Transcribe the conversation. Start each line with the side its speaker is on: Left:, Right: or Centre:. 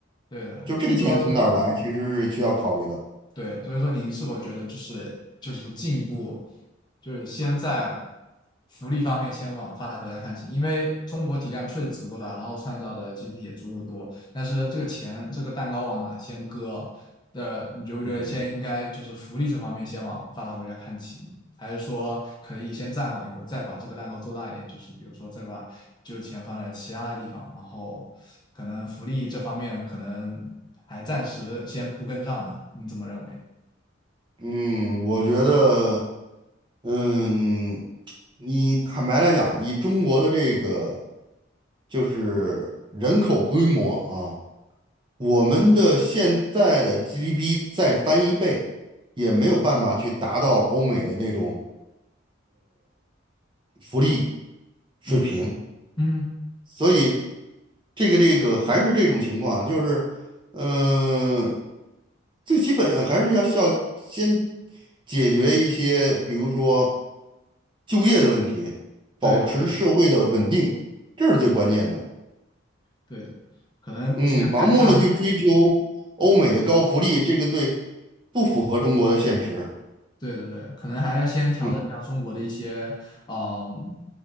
Left: 对的，
Right: 就这个钱从哪儿来，
Left: 所以说，
Right: 其实是需要考虑的。
Left: 对，所以说，您是否觉得就是就是进一步，就是先在福利方面先往发达国家看齐，因为中国体量确实足够大，然后创造的 GDP 也足够多，但是这个钱这个蛋糕往哪先割的，你觉不觉得先应该就是福利这方面先往发达国家看齐呢？
Right: 嗯
Left: 还是说可以先暂缓一会儿，再把这个蛋糕做大一点，就是比如说再把就是钱放在其他的地方，然后可能福利这方面可能还暂时先不跟上呢。你怎么认为？
Right: 嗯，我觉得，嗯，你坦白来讲，以中国的这个就是人口规模啊，我们的现在的 GDP 再翻一倍，也没有办法去达到欧美的那种福利水平。
Left: 嗯嗯，
Right: 所以这个这个还是这种情况，就是，嗯，最基本的还是要要先解决一些，比如说就业的问题，
Left: 对的对的
Right: 保持社会的稳定，这是最关键的。
Left: 对的，可能先改善。
Right: 嗯，盲目的去追求欧美的高福利，这个对不符合中国的现实。
Left: 对对对，可能还要先调整一下中国的一些嗯
Right: 嗯，